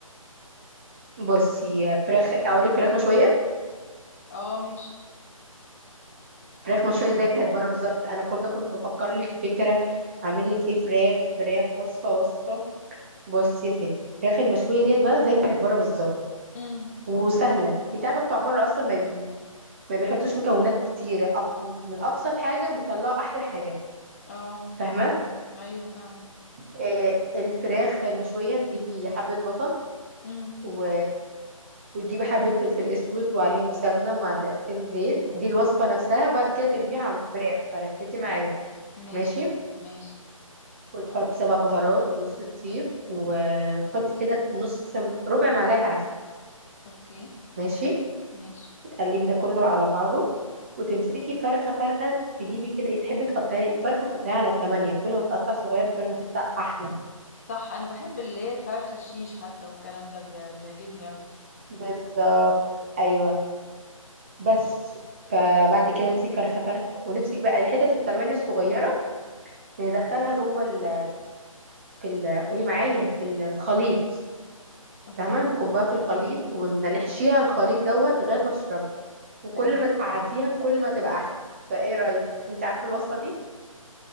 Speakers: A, on the right; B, on the left.
A: بصي فراخ اقول لك فراخ مشويه
B: اه ماشي
A: فراخ مشوية زي بتاعت بره بالظبط انا كل ده كنت بفكر لك في فكرة اعمل لك ايه فراخ فراخ وصفة وصفة بص يا ستي الفراخ المشوية ديت بقى زي بتاعت بره بالظبط
B: امم
A: وسهلة انت عارفة بتوع بره اصلا ما بي ما بيحطوش مكونات كتير أبس... من ابسط حاجة بيطلعوا احلى حاجة
B: اه
A: فاهمة
B: أيوه فعلا
A: آه الفراخ المشوية تجيبي حبة بصل
B: امم
A: و... وتجيبي حبة فلفل اسود وعليهم سمنة ومعلقتين زيت دي الوصفة نفسها وبعد كده ترميها على الفراخ فركزي معايا
B: ماشي
A: ماشي
B: ماشي
A: وتحط سبع بهارات وجوز الطيب وتحطي كده نص ربع معلقة عسل
B: اوكي
A: ماشي
B: ماشي
A: وتقلبي ده كله على بعضه وتمسكي فرخة فرخة تجيبي كده ايه تحبي تقطعي فرخة تقطعيها على تمانية كل ما تقطع صغير كل ما تطلع أحلى
B: صح أنا بحب اللي هي فرخة الشيش حتى والكلام ده بي... بيعجبني أوي
A: بالظبط أيوه بس فبعد كده امسك فرخة فرخة ونمسك بقى الحتت التمانية الصغيرة ندخلها جوه ال في ال قولي معايا في الخليط
B: اوكي
A: فاهمة نكبها في
B: آه،
A: الخليط ونحشيها
B: آه،
A: الخليط دوت لغاية ما تشربه وكل
B: تمام
A: ما تقعديها كل ما تبقى احلى فايه رايك انت عارفه الوصفه دي